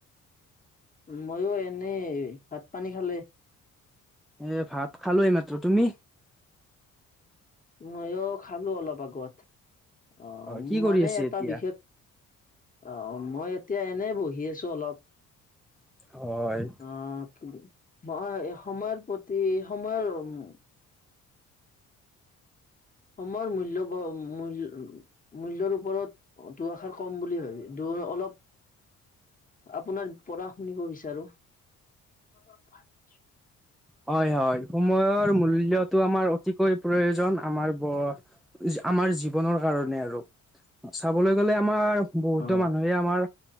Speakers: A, on the left (about 20°); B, in the centre.
A: মইয়ো এনেই ভাত পানী খালে।
B: এ', ভাত খালো এই মাত্ৰ। তুমি?
A: মইয়ো খালো অলপ আগত। অ,
B: হয় কি
A: মানে
B: কৰি আছে
A: এটা
B: এতিয়া?
A: বিশেষ অ, মই এতিয়া এনেই বহি আছো অলপ
B: হয়
A: অ, <unintelligible> হয়। সময়ৰ প্ৰতি সময়ৰ উ, সময়ৰ মূল্য ব মূল্য মূল্যৰ ওপৰত অ', দুআষাৰ কম বুলি ভাবি দু অলপ আপোনাৰ পৰা শুনিব বিচাৰো। <unintelligible>
B: হয়। হয়। সময়ৰ মূল্যটো আমাৰ অতিকৈ প্ৰয়োজন আমাৰ ব আমাৰ জীৱনৰ কাৰণে আৰু চাবলৈ গলে আমাৰ বহুতো
A: অ
B: মানুহে আমাৰ